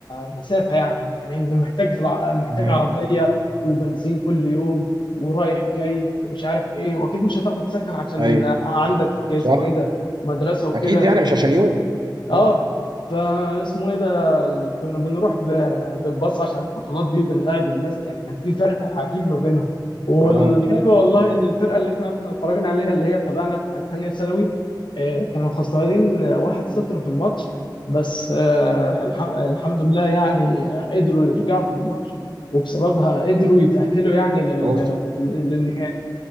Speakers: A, on the left; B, on the right.
A: مسافة يعني يعني انت محتاج في الع... محتاج
B: مم.
A: عربية وبنزين كل يوم ورايح جاي ومش عارف ايه واكيد مش هتاخد سكن عشان
B: ايوه
A: عندك اسمه
B: صح
A: ايه ده مدرسه وكده
B: اكيد يعني مش عشان يوم
A: اه
B: مم.
A: فاسمه ايه ده ال- كنا بنروح ب- بالباص عشان البطولات دي وبنلاعب الناس يعني كان في فرق عجيب ما بينهم والحلو
B: اه
A: والله ان الفرقه اللي احنا رحنا اتفرجنا عليها اللي هي تبعنا بتاعت تانية ثانوي آه، كانوا خسرانين آه، 1-0 في الماتش بس آه، الح- الحمد لله يعني آه، قدروا يرجعوا في الماتش وبسببها قدروا يتأهلوا يعني لل-
B: اوف
A: للنهائي